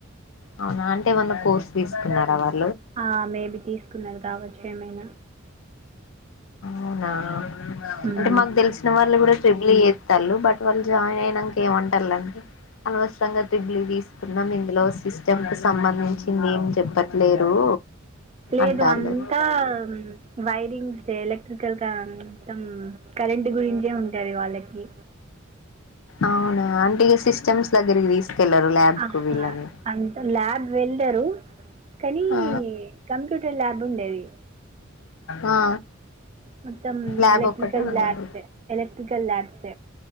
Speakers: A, on the left; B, on the right.
A: అవునా అంటే ఏమన్నా కోర్స్ తీసుకున్నారా వాళ్
B: ఆ మేబి తీసుకున్నారు కావచ్చు ఏమైనా
A: అవునా
B: మ్మ్.
A: అంటే మనకు తెలిసిన వాళ్ళు కూడా ట్రిబిలి ఎత్తు బట్ వాళ్ళు జాయిన్ అయినాక ఏమంటారులే అనవసరంగా ట్రిబిలి తీసుకున్నాం ఇందులో సిస్టమ్ కి సంబంధించింది ఏం చెప్పట్లేరు
B: లేదు
A: అంటాళ్ళు
B: అంతా వైరింగ్స్ ఎలక్ట్రికల్గా అంతం కరెంట్ గురించే ఉంటది వాళ్ళకి
A: అవునా అంటేగా సిస్టమ్స్ దగ్గరికి తీసుకెళ్లరు ల్యాబ్
B: ఆహా,
A: కు వీళ్ళని
B: అంత ల్యాబ్ వెళ్లారు కానీ కంప
A: ఆ
B: కామ్ఫ్యూటర్ లాబ్ ఉండేది
A: ఆ
B: మొత్తం
A: ల్యాబ్
B: ఎలక్ట్రికల్
A: ఒక్కటి ఉండదు
B: ల్యాబ్స్ ఎలక్ట్రికల్ ల్యాబ్స్